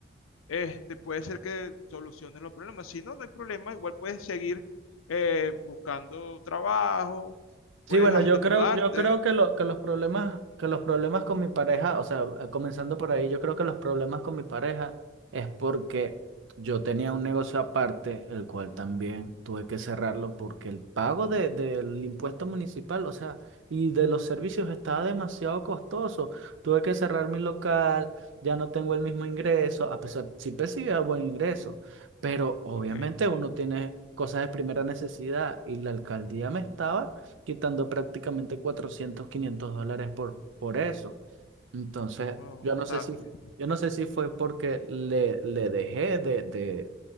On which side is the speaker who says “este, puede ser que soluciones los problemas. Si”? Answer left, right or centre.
Left